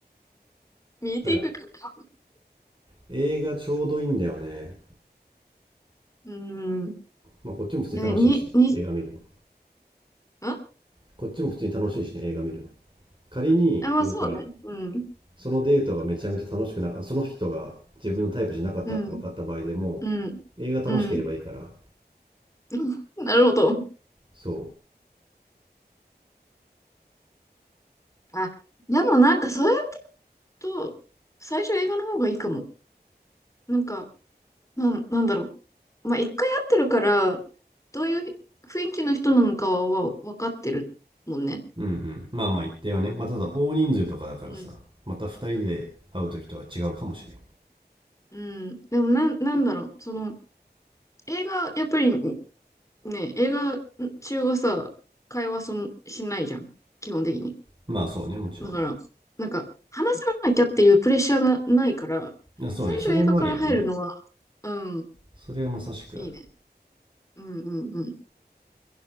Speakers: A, on the left; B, on the right.
A: ミーティングか。
B: だから映画ちょうどいいんだよね。
A: うん。
B: まあ、こっちも普通に楽しいし、
A: ね、に、に、ん
B: 映画見るの。
A: あ、
B: こっちも普通に楽しいしね、映画見るの。仮になんか、
A: まあそうね。うん。
B: そのデートがめちゃめちゃ楽しくなか、その人が自分のタイプじゃなかったって分かった場合でも、
A: うん。うん。
B: 映画楽しければいいから、
A: うん。うんなるほど。
B: そ
A: あ、でもなんかそうやると、最初映画の方がいいかも。なんか、なん、なんだろう。まあ一回会ってるから、どういう雰囲気の人なのかは分かってるもんね。
B: う。うんうん。まあまあ一定はね。まあただ大人数とかだからさ、
A: うん。
B: また二人で会う時とは違うかもしれん。
A: うん。でもなん、なんだろう。その、映画、やっぱりねえ、映画中はさ、会話そんしないじゃん。基本的に。
B: まあそうね、もちろ
A: だから、なんか、話さなきゃっていうプレッシャーがないから、
B: ん。あそうね、
A: 最初映画から入るのは、
B: それもあるよね。
A: うん、
B: それはまさしくある。
A: いいね。うんうんうん。